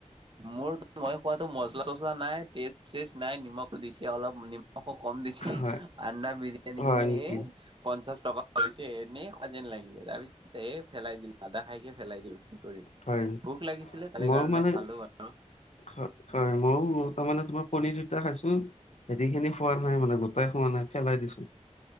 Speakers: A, on the right (about 40°); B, on the left (about 65°).
A: মোৰ, মই খোৱাাতো মচলা চচলা নাই, টেষ্ট চেষ্ট নাই, নিমখো দিছে অলপ নিম কম দিছে,
B: হয়
A: আণ্ডা বিৰিয়ানী
B: হয়
A: বোলে
B: নেকি
A: এ, পঞ্চাশ টকা। পিছে এনেই খোৱা যেন লাগিলে, তাৰ পিছত এ পেলাই দিলো, আধা খাইকিনে পেলাই দিলো। <unintelligible> কি কৰিম,
B: হয়
A: ভোক লাগিছিলে তাৰে
B: মইও
A: কাৰণে
B: মানে
A: খালো আৰু।
B: হয়, হয়, ময়ো তাৰ মানে তোমাৰ কণী দুটা খাইছোঁ, হেৰি খিনি খোৱা নাই মানে, গোটেই খোৱা নাই পেলাই দিছোঁ।